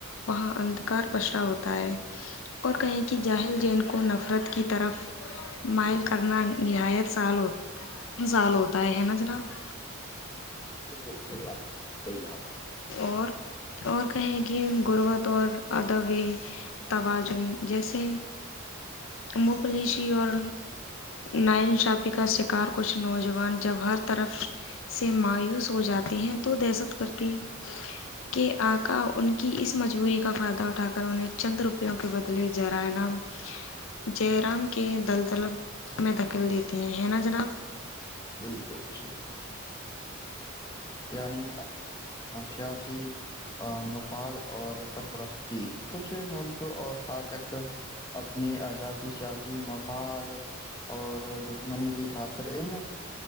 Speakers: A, on the left; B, on the left.
A: وہاں اندھکار پشرا ہوتا ہے اور کہیں کہ جاہل جین کو نفرت کی طرف مائل کرنا نہایت سال سال ہوتا ہے ہے نا جناب
B: ج بالکل صحیح بات کہی آپ
A: اور اور کہیں کہ گربت اور ادب توازن جیسے مبلیشی اور نائن شافی کا شکار کچھ نوجوان جب ہر طرف سے مایوس ہو جاتی ہیں تو دہشک کرتی کہ آکا ان کی اس مجبوری کا فائدہ اٹھا کر انہیں چند روپیوں کے بدلے جر نام ج رام کے دلدل میں دکل دیتی ہیں ہے نا جناب
B: بالکل ٹھیک یعنی سیاسی مفاد اور سرپرستی کچھ ملک اور طاقت اپنے جات سے مفاد اور دشمنی کی خاطر ان